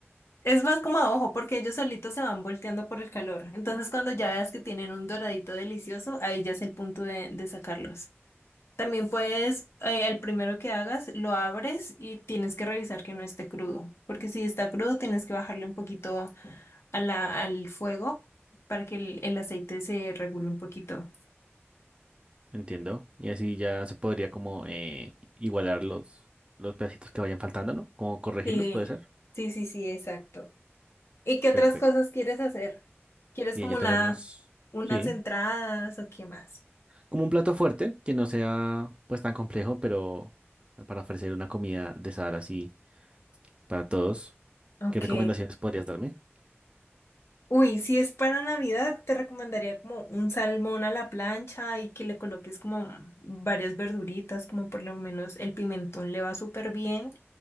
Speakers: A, on the left; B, on the right.
A: Es más como a ojo, porque ellos solitos se van volteando por el calor. Entonces, cuando ya veas que tienen un doradito delicioso, ahí ya es el punto de, de sacarlos. También puedes, eh, el primero que hagas, lo abres y tienes que revisar que no esté crudo, porque si está crudo, tienes que bajarle un poquito a la, al fuego para que el, el aceite se regule un poquito.
B: Entiendo. Y así ya se podría como eh, igualar los, los pedacitos que vayan faltando, ¿no? Como corregirlos,
A: Sí,
B: puede ser.
A: sí, sí, sí, exacto. ¿Y qué otras
B: Perfecto.
A: cosas quieres hacer? ¿Quieres
B: Bien,
A: como
B: ya
A: una,
B: tenemos,
A: unas
B: sí,
A: entradas o qué más?
B: como un plato fuerte que no sea pues tan complejo, pero para ofrecer una comida de sal así para todos.
A: Ok.
B: ¿Qué recomendaciones podrías darme?
A: Uy, si es para Navidad, te recomendaría como un salmón a la plancha y que le coloques como varias verduritas, como por lo menos el pimentón le va súper bien.